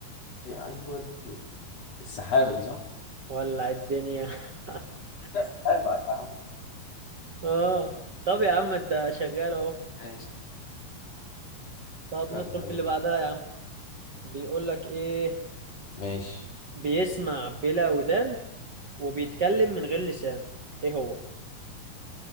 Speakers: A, on the left; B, on the right.
A: دي- أيوة دي السحابة دي صح؟
B: ولع الدنيا <laughs>
A: لا السحابة يا عم
B: آه طب يا عم أنت شغال أهو
A: ماشي طب
B: طب
A: كمل
B: ندخل
A: يلا
B: في اللي
A: بينا
B: بعدها يا عم بيقول لك إيه
A: ماشي
B: بيسمع بلا ودان وبيتكلم من غير لسان إيه هو؟